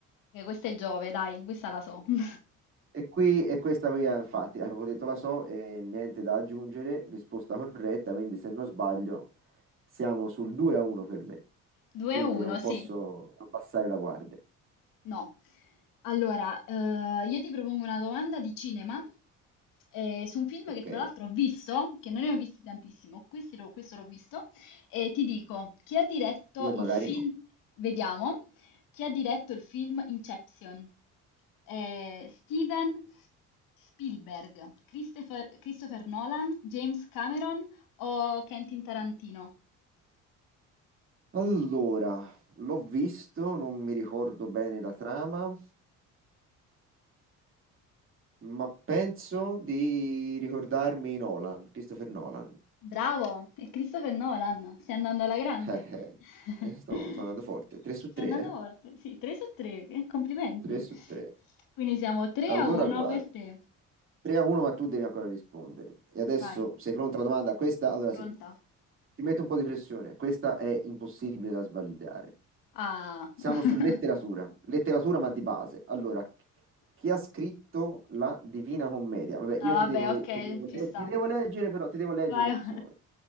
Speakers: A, on the left; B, on the right.
A: Eh, questa è Giove, dai, questa la so. <laughs>
B: E qui, e questa qui è infatti, avevo detto la so e niente da aggiungere, risposta corretta, quindi se non sbaglio siamo sul 2 a 1 per me,
A: 2
B: quindi
A: a 1,
B: non
A: sì.
B: posso abbassare la guardia.
A: No. Allora, eh, io ti propongo una domanda di cinema eh, su un film
B: Ok,
A: che tra l'altro ho visto, che non ne ho visti tantissimo, questi l'ho- questo l'ho visto, e ti dico, chi ha diretto
B: io
A: il
B: magari
A: film,
B: no.
A: vediamo, chi ha diretto il film Inception? Eh, Steven S- Spielberg, Christopher, Christopher Nolan, James Cameron o Quentin Tarantino?
B: Allora, l'ho visto, non mi ricordo bene la trama. ma penso di ricordarmi Nolan, Christopher Nolan.
A: Bravo, è Christopher Nolan, stai andando alla grande.
B: <laughs> Eh, eh,
A: <laughs>
B: eh, sto, sto andando forte. 3 su
A: Stai
B: 3,
A: andando
B: eh?
A: forte. Sì, 3 su 3, complimenti.
B: 3 su 3.
A: Quindi siamo 3
B: Allora,
A: a 1
B: guarda.
A: per te.
B: 3 a 1, ma tu devi ancora rispondere. E adesso
A: Vai,
B: sei pronta alla domanda? Questa, allora,
A: pronta.
B: se... ti metto un po' di pressione. Questa è impossibile da sbagliare.
A: Ah.
B: Siamo
A: <laughs>
B: su letteratura. Letteratura, ma di base. Allora, chi ha scritto la Divina Commedia? Vabbè,
A: Ah,
B: io
A: vabbè,
B: ti devo, ri-
A: ok,
B: ti devo
A: ci
B: le-
A: sta.
B: ti devo leggere, però, ti devo leggere
A: Vai.
B: l'opzione.
A: <laughs>